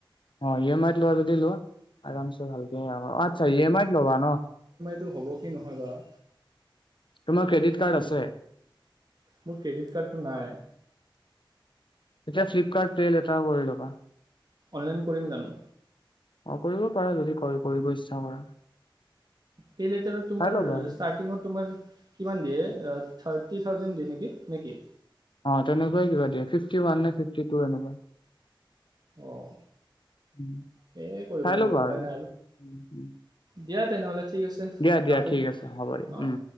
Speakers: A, on the left; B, on the right.
A: অঁ ই এম আইত লোৱা যদি লোৱা আৰাম চে ভালকে আচ্ছা ই এম আইত ল'বা ন
B: টো হ'ব কি নহয় বাৰু
A: তোমাৰ ক্ৰেডিট কাৰ্ড আছে
B: মোৰ ক্ৰেডিট কাৰ্ডটো নাই
A: এতিয়া ফ্লিপকাৰ্ট পে লেটাৰ কৰি ল'বা
B: অনলাইন কৰিম জানো
A: অ কৰিব পাৰা যদি কৰি কৰিব ইচ্ছা কৰা
B: পে লেটাৰত তোমাৰ
A: চাই ল'বা আৰু
B: ষ্টাৰ্টিংত তোমাৰ কিমান দিয়ে ৰ্তি থাউজেণ্ড দিয়ে নেকি নে কি
A: অঁ তেনেকুৱাই কিবা দিয়ে ফিফটি ওৱান নে ফিফটি টু এনেকুৱা
B: অঁ
A: উম্
B: সেয়ে কৰিব
A: চাই
B: লাগিব
A: লবা
B: উপায়
A: আৰু
B: নাই
A: উম্ উম্
B: দিয়া তেনেহ'লে ঠিক আছে
A: দিয়া দিয়া
B: ৰাখোঁ
A: ঠিক আছে হ'ব দিয়া
B: অঁ
A: উম